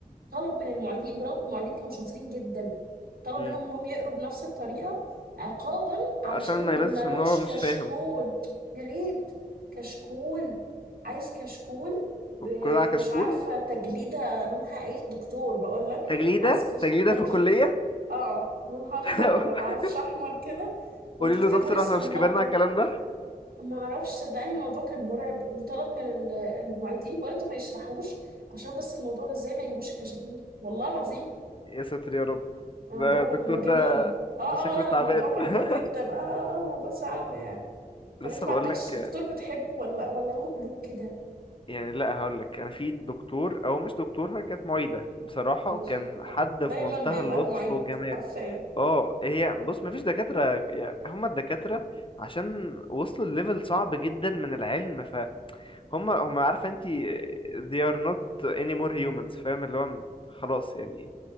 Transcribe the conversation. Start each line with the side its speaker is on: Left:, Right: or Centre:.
Right: طلب من المعيدين برغم المعيدين كانوا شاطرين جدا طلب
Left: امم
Right: منهم انهم يقروا بنفس الطريقة عقابا علشان
Left: عشان ما
Right: ما جبنالوش
Left: يبانش ان هو مش
Right: كشكول
Left: فاهم
Right: يا ريت كشكول عايز كشكول ب-
Left: ك- كلنا على كشكول
Right: مش عارفة تجليدة لونها ايه دكتور بقول لك
Left: تجليدة
Right: عايز كش...
Left: تجليدة
Right: تجليد
Left: في الكلية
Right: اه لونها اخضر
Left: <laughs>
Right: ولا معرفش احمر كده وتكتبوا
Left: قولي له دكتور
Right: اسم
Left: احنا
Right: المادة
Left: مش كبرنا على الكلام ده
Right: ما اعرفش صدقني الموضوع كان مرعب وطلب من ال- المعيدين برضه ما يشرحوش عشان بس الموضوع ده ازاي ما يجيبوش الكشاكيل والله العظيم
Left: يا ساتر يا رب
Right: الموضوع
Left: ده الدكتور
Right: مجنون
Left: ده
Right: اه
Left: شكله
Right: اه لا
Left: تعبان
Right: الموضوع مجنون
Left: <laughs>
Right: جدا اه اه اه الموضوع صعب يعني طب
Left: لسه
Right: انت ما
Left: بقول
Right: عندكش
Left: لك
Right: دكتور بتحبه ولا ولا هم كلهم كده
Left: يعني لا هقول لك انا في دكتور او مش دكتور هي كانت معيدة بصراحة
Right: ماشي
Left: وكان حد
Right: آه، دايما
Left: في منتهى
Right: بيبقى
Left: اللطف
Right: المعيد
Left: والجمال
Right: حرفيا
Left: اه هي بص مفيش دكاترة يعني هما الدكاترة عشان وصلوا لليفل صعب جدا من العلم فهم هم عارفة انت they are not anymore humans فاهم اللي هو م- خلاص يعني